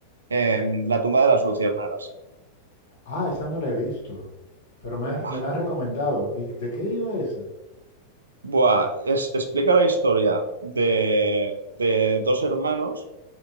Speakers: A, on the right (about 70°); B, on the left (about 55°).
A: en La tumba de las luciérnagas.
B: Ah, esa no la he visto, pero me,
A: Buah.
B: han-
A: Ah,
B: me la han recomendado. ¿Y de qué iba esa?
A: buah, es- explica la historia de, de dos hermanos